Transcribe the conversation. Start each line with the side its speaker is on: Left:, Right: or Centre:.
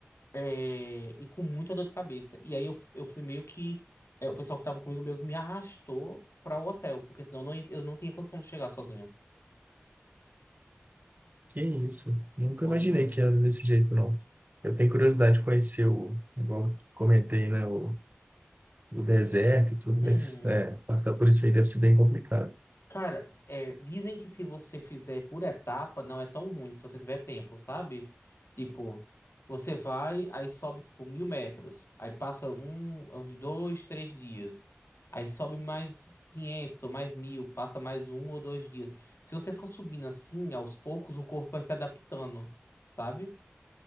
Left: é, e com muita dor de cabeça. E aí eu, f- eu fui meio que. é, o pessoal que tava comigo meio que me arrastou pra o hotel, porque senão eu não, ia- eu não tinha condição de chegar sozinho.
Right: Que isso? Nunca
Left: Pois
Right: imaginei
Left: é.
Right: que era desse jeito, não. Eu tenho curiosidade de conhecer o, igual eu comentei, né? O o deserto e tudo,
Left: Uhum.
Right: mas é, passar por isso aí deve ser bem complicado.
Left: Cara, é, dizem que se você fizer por etapa, não é tão ruim se você tiver tempo, sabe? Tipo, você vai, aí sobe tipo mil metros, aí passa um, uns dois, três dias, aí sobe mais 500 ou mais mil, passa mais um ou dois dias. Se você for subindo assim, aos poucos, o corpo vai se adaptando, sabe?